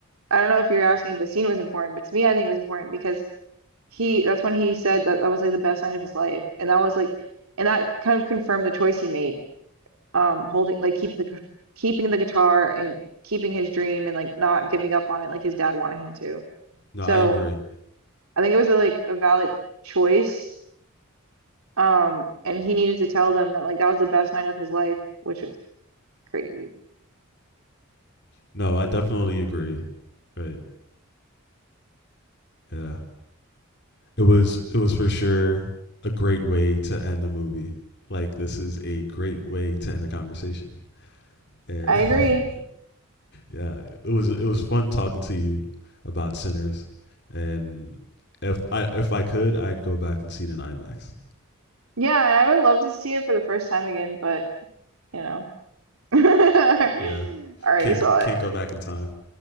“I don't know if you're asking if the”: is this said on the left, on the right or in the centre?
Right